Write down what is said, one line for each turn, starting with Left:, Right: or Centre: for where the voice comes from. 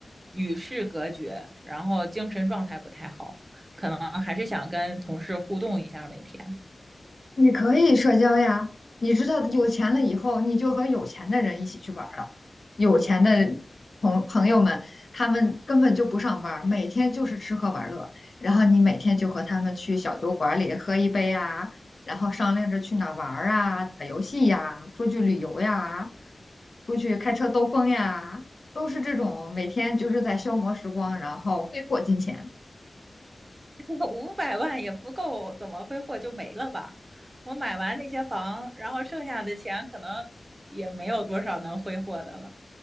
Right: 与世隔绝，然后精神状态不太好，可能还是想跟同事互动一下每天。
Left: 你可以社交呀，你知道有钱了以后，你就和有钱的人一起去玩儿了。有钱的朋朋友们，他们根本就不上班儿，每天就是吃喝玩乐。然后你每天就和他们去小酒馆里喝一杯啊，然后商量着去哪儿玩儿啊，打游戏呀，出去旅游呀，出去开车兜风呀，都是这种每天就是在消磨时光，然后挥霍金钱。
Right: <laughs> 五百万也不够，怎么挥霍就没了吧？我买完那些房，然后剩下的钱可能也没有多少能挥霍的了。